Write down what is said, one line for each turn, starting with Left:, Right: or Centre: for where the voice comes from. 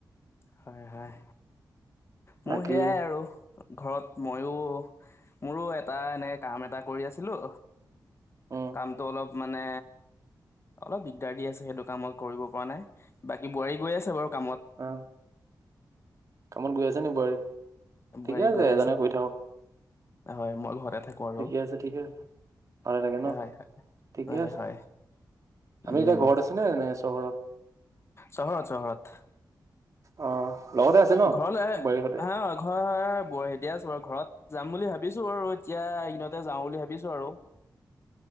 Left: হয়, হয়। মোৰ
Right: বাকী
Left: সেয়াই আৰু ঘৰত ময়ো মোৰো এটা এনেকে কাম এটা কৰি আছিলো
Right: উম
Left: কামটো অলপ মানে অলপ দিগদাৰ দি আছে সেইটো কাম মই কৰিব পৰা নাই বাকী বোৱাৰী গৈ আছে বাৰু কামত।
Right: অ কামত গৈ আছে নি বোৱাৰী
Left: বোৱাৰী
Right: ঠিকে আছে
Left: গৈ
Right: এজনে কৰি থাকক।
Left: হয়, মই ঘৰতে থা কৰো
Right: ঠিকে আছে ঠিকে আছে ভালে থাকে
Left: হয়
Right: ন
Left: হয়
Right: ঠিকে
Left: হয়
Right: আছে
Left: হয়।
Right: আমি
Left: উম,
Right: এতিয়া ঘৰত আছে নে নে চহৰত
Left: চহৰত চহৰত
Right: অ লগতে আছে ন
Left: ঘৰলে
Right: বোৱাৰীহঁতে
Left: হা হয় হয় বোৱাৰীহেতিয়ে আছে বাৰু ঘৰত যাম বুলি ভাবিছো বাৰু এতিয়া এইকেইদিনতে যাও বুলি ভাবিছো আৰু